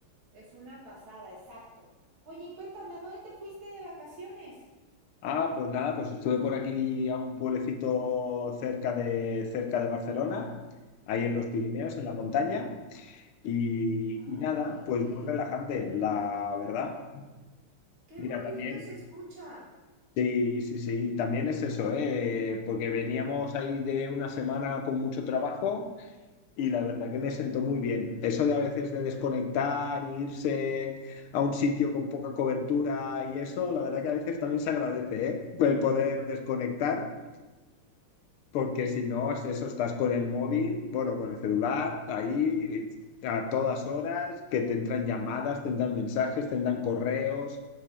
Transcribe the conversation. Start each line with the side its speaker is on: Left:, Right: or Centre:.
Right: Es una pasada, exacto. Oye, y cuéntame, ¿a dónde te fuiste de vacaciones?
Left: Ah, pues nada, pues estuve por aquí a un pueblecito cerca de, cerca de Barcelona, ahí en los Pirineos, en la montaña, y, y
Right: Ay,
Left: nada, pues muy relajante, la verdad.
Right: qué
Left: Mira,
Right: bonito
Left: también,
Right: se escucha.
Left: sí, sí, sí, también es eso, ¿eh? Porque veníamos ahí de una semana con mucho trabajo y la verdad que me sentó muy bien. Eso de a veces de desconectar, e irse a un sitio con poca cobertura y eso, la verdad que a veces también se agradece, ¿eh? El poder desconectar. Porque si no, es eso, estás con el móvil, bueno, con el celular, ahí eh, a todas horas, que te entran llamadas, te entran mensajes, te entran correos,